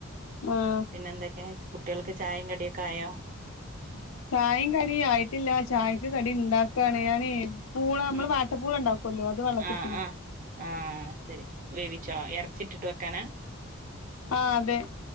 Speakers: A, on the left; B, on the right.
A: ആഹ്
B: പിന്നെ എന്തൊക്കെ ചോദ്യചിഹ്നം കുട്ടികൾക്ക് ചായിം കടിയൊക്കെ ആയോ ചോദ്യചിഹ്നം
A: ചായിം കടിം ആയിട്ടില്ല. ചായക്ക് കടി ഉണ്ടാക്കാണ്. ഞാനെ പൂള. നമ്മൾ
B: ഉം
A: വാട്ടപ്പൂളണ്ടാക്കല്ലോ അത് വെള്ളത്തിട്ടിന്.
B: ആഹ് ആഹ് ആഹ് ശരി വേവിച്ചോ ഇറച്ചിട്ടിട്ട് വെക്കാനാ
A: ആ അതെ.